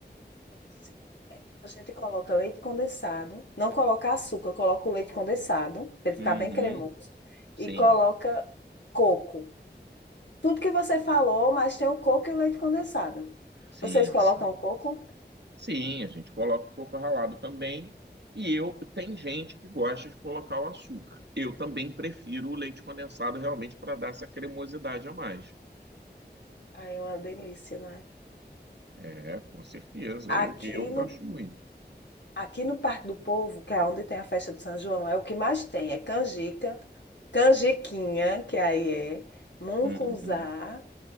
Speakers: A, on the left; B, on the right.
A: Sim. A gente coloca leite condensado, não coloca açúcar, coloca o leite condensado para ele
B: Uhum,
A: ficar bem cremoso
B: sim,
A: e coloca coco. Tudo que você falou, mas tem o coco e o leite condensado.
B: sim,
A: Vocês colocam
B: sim.
A: coco?
B: Sim, a gente coloca o coco ralado também. E eu, tem gente que gosta de colocar o açúcar. Eu também prefiro o leite condensado realmente para dar essa cremosidade a mais.
A: Ai, é uma delícia, né?
B: É, com certeza,
A: Aqui
B: eu, eu
A: no
B: gosto muito.
A: Aqui no Parque do Povo, que é onde tem a festa de São João, é o que mais tem. É canjica, canjiquinha, que aí é, mungunzá,
B: Uhum.